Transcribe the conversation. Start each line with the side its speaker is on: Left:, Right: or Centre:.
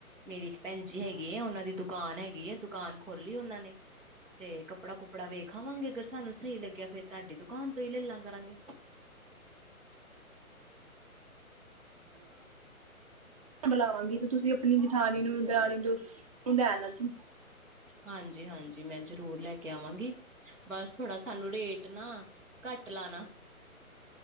Centre: ਮੇਰੀ ਇੱਕ ਭੈਣ ਜੀ ਹੈਗੀ ਉਹਨਾਂ ਦੀ ਦੁਕਾਨ ਹੈਗੀ, ਦੁਕਾਨ ਖੋਲੀ ਉਹਨਾਂ ਨੇ ਤੇ ਕੱਪੜਾ-ਕੁਪ। ੜਾ ਵੇਖ ਆਵਾਂਗੇ ਅਗਰ ਸਾਨੂੰ ਸਹੀ ਲੱਗਿਆ, ਫੇਰ ਤੁਹਾਡੀ ਦੁਕਾਨ ਤੋਂ ਹੀ ਲੈਲਾਂ ਕਰਾਂਗੇ।
Right: ਬੁਲਾਵਾਂਗੀ ਤੇ ਤੁਸੀਂ ਆਪਣੀ ਜਠਾਣੀ ਨੂੰ, ਦਰਾਣੀ ਜੋ ਲੈ ਆਣਾ। ਅੱਛਾ।
Centre: ਹਾਂਜੀ-ਹਾਂਜੀ ਮੈਂ ਜ਼ਰੂਰ ਲੈ ਕੇ ਆਵਾਂਗੀ, ਬਸ ਥੋੜਾ ਸਾਨੂੰ ਰੇਟ ਨਾ। ਘੱਟ ਲਾਣਾ।